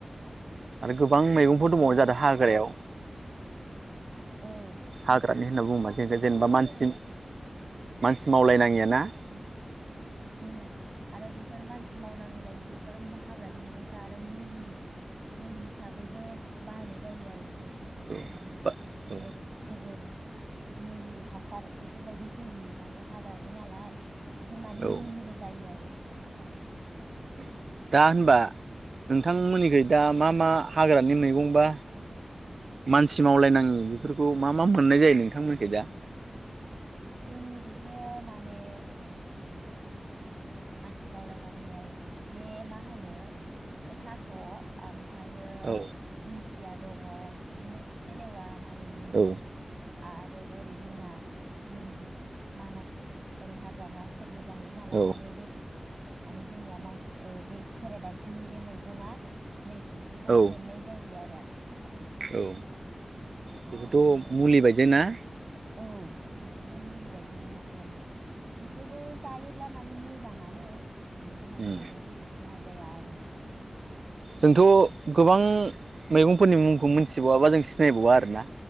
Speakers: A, on the right; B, on the right.
A: आरो गोबां मैगंफोर
B: आरो
A: दंबावो जोंहाथ' हाग्रायाव
B: औ
A: हाग्रानि होनना बुङोबा
B: गोबां
A: जों
B: मैगंआनो
A: दा जेनेबा मानसि
B: दङ
A: औ मानसि मावलाय नाङि आरो
B: उम
A: <inaudible>
B: उम आरो बेफोर मानसि मावनांलायि बेफोर हाग्रानि मैगंफ्रा आरो मुलि मुलि हिसाबैबो बाहायनाय जायो आरो बेफोर बेफोरखौ
A: औ
B: माने
A: बा औ
B: ओ जेबो मुलि हासार बेफोरबायदि होयि माने हाग्रानि नालाय बेफोर मानि
A: औ
B: मुलिबो जायो आरो जोंनि थाखाय
A: औ दा होनबा नोंथांमोननिखै
B: उम
A: दा मा मा हाग्रानि मैगं बा मानसि मावलायनाङि बेफोरखौ मा मा मोननाय जायो नोंथांमोनिखै दा
B: जोंनिखैथ' माने ओरै ओ मानसि मावलायङिया बे मा होनो बे थास' ओम- फायो
A: औ
B: दिंखिया दङ बिदिनो खिफिलेवा मानिमुनि
A: औ
B: आरो ओरै जोंना उम मानास ओरै हाग्रामा सेरबो- जाहैयो नालाय
A: औ
B: माने बे माने जोंनिया मा बे ओ खेराादाफिनि बे मै- गङा नै बेफोरखौबो
A: औ
B: मोननाय जायो आरो
A: औ बेबोथ'
B: आरो
A: मुलि बायदियानो ना?
B: औ बेफोरबो मुलि बायदि माने बेफोरखौ जायोब्ला मानि मोजाङानो माने देहानि
A: उम
B: थाखाय जेबो खहा जाया आरो
A: जोंथ' गोबां मैगंफोरनि मुंखौ मोनथिबावा बा जों सिनायबावा आरोना।